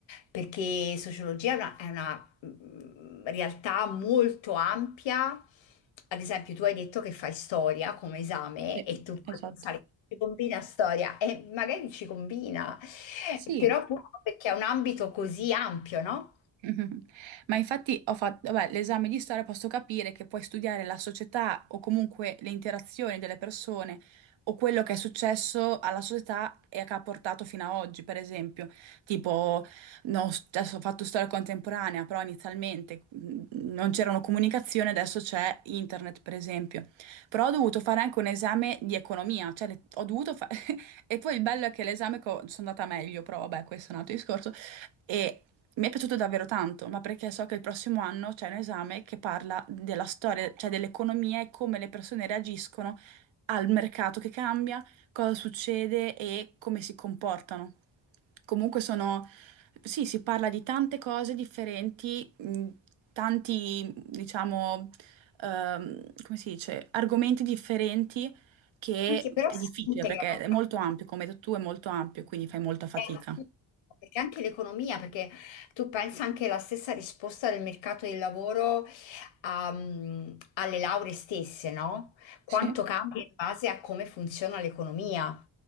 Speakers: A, on the left; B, on the right.
A: perché sociologia è una, è una, mm, realtà molto ampia. Ad esempio, tu hai detto che fai storia come esame
B: sì,
A: e tu puoi
B: esatto.
A: pensare che ci combina storia e magari ci combina,
B: Sì,
A: però appunto perché è un ambito così ampio, no?
B: <laughs> Mhm. Ma infatti ho fatto, vabbè, l'esame di storia posso capire che puoi studiare la società o comunque le interazioni delle persone o quello che è successo alla società e che ha portato fino a oggi, per esempio. Tipo, no, adesso ho fatto storia contemporanea, però inizialmente mh, non c'erano comunicazioni, adesso c'è internet, per esempio. Però ho dovuto fare anche un esame di economia, cioè le- ho dovuto fare... <laughs> E poi il bello è che l'esame che ho- sono andata meglio, però vabbè, questo è un altro discorso. E mi è piaciuto davvero tanto, ma perché so che il prossimo anno c'è un esame che parla della storia, cioè dell'economia e come le persone reagiscono al mercato che cambia, cosa succede e come si comportano. Comunque sono, sì, si parla di tante cose differenti, mh, tanti, diciamo, ehm, come si dice, argomenti differenti che
A: Anche però
B: è
A: si
B: difficile
A: integrano.
B: perché è molto ampio, come hai detto tu, è molto ampio, quindi fai molta fatica.
A: Eh, Perché anche l'economia, perché tu pensa anche la stessa risposta del mercato del lavoro ehm, alle lauree stesse, no? Quanto
B: Sì,
A: cambia in base a come funziona l'economia.